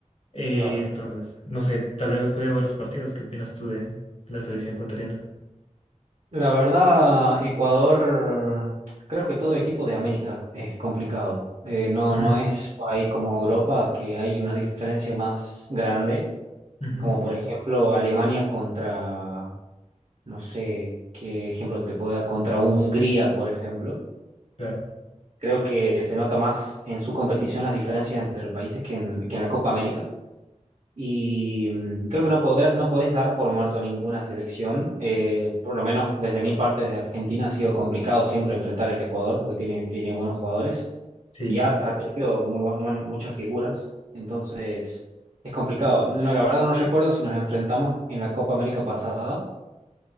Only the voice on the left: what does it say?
Eh,
entonces, no sé, tal vez has podido ver los partidos. ¿Qué opinas tú de la selección ecuatoriana?
Mm,
ujú,
claro.
Sí,